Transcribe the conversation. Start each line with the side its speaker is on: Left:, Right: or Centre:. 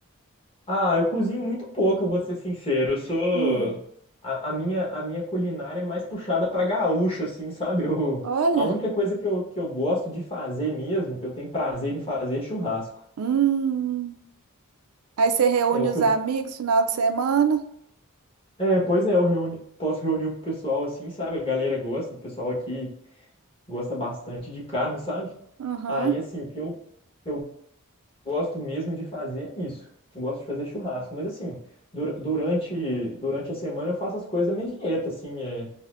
Left: Ah, eu cozinho muito pouco, eu vou ser sincero. Eu sou.
Right: Hum,
Left: A, a minha, a minha culinária é mais puxada pra gaúcha, assim, sabe? Eu,
Right: olha.
Left: a única coisa que eu, que eu gosto de fazer mesmo, que eu tenho prazer em fazer, é churrasco.
Right: Hum. Aí você reúne
Left: É o que
Right: os
Left: eu.
Right: amigos final de semana?
Left: É, pois é, eu reuni, posso reunir o pessoal assim, sabe? A galera gosta, o pessoal aqui gosta bastante de carne, sabe?
Right: Uhum.
Left: Aí, assim, o que eu. que eu gosto mesmo de fazer é isso. Eu Gosto de fazer churrasco, mas assim, dur- durante durante a semana eu faço as coisas da minha dieta, assim, é